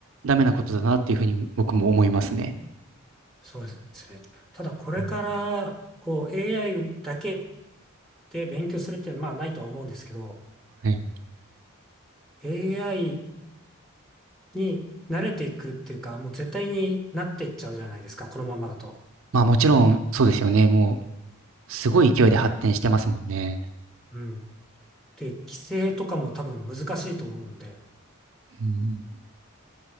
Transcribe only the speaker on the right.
ダメなことだなっていうふうに僕も思いますね。
うん
はい。
まあもちろんそうですよね。もうすごい勢いで発展してますもんね。
うん、